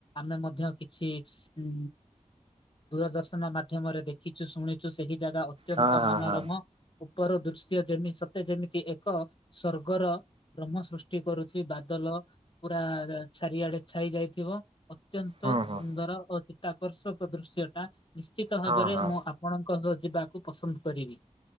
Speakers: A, on the left; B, on the right.
A: ଆମେ ମଧ୍ୟ କିଛି ଉ ଦୂରଦର୍ଶନ ମାଧ୍ୟମରେ ଦେଖିଛୁ ଶୁଣିଛୁ ସେହି ଜାଗା ଅ ତ୍ୟନ୍ତ
B: ହଁ ହଁ
A: ମନୋରମ
B: ହଁ
A: ଉପର ଦୃଶ୍ୟ ଯେ ତେ ଯେମିତି ଏକ ସ୍ୱର୍ଗର ବ୍ରହ୍ମ ସୃଷ୍ଟି କରୁଛି ବାଦଲ ପୁରା ଚାରିଆଡେ ଛାଇ ଯାଇଥିବ। ଅତ୍ୟନ୍ତ
B: ହୁଁ ହୁଁ
A: ସୁନ୍ଦର ଓ ଚିତ୍ତାକର୍ଷକ ଦୃଶ୍ୟ ଟା ନିଶ୍ଚିତ ଭାବରେ
B: ହଁ ହଁ
A: ମୁଁ ଆପ ଆପଣଙ୍କ ସହ ଯିବାକୁ ପସନ୍ଦ କରିବି।